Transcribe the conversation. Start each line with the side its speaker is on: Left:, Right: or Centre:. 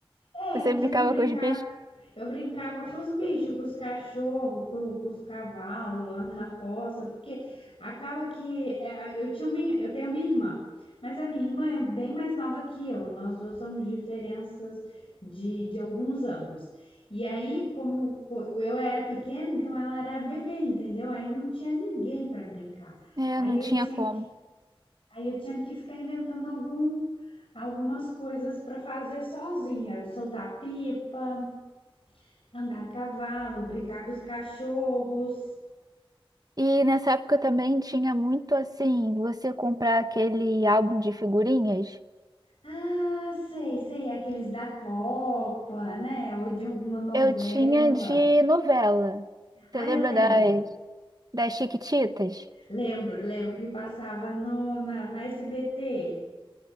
Left: É,
Right: Você
Left: eu tinha
Right: brincava
Left: que brincar.
Right: com os bichos?
Left: Eu brincava com os bichos, com os cachorros, com, com os cavalos lá na roça, porque acaba que é, eu tinha uma, ir- eu tenho uma irmã, mas a minha irmã é bem mais nova que eu. Nós duas somos diferenças de, de alguns anos. E aí, como co- eu era pequena, então ela era bebê, entendeu? Aí não tinha ninguém para brincar.
Right: É,
Left: Aí
Right: não
Left: eu
Right: tinha
Left: tinha
Right: como.
Left: que Aí eu tinha que ficar inventando algum, algumas coisas para fazer sozinha, soltar pipa, andar a cavalo, brincar com os cachorros.
Right: E nessa época também tinha muito assim, você comprar aquele álbum de figurinhas.
Left: Ah, sei, sei, aqueles da Copa, né? Ou de alguma novela.
Right: Eu tinha de novela.
Left: Ah,
Right: Você lembra
Left: eu lembro.
Right: das, das Chiquititas?
Left: Lembro, lembro que passava no, na, na SBT.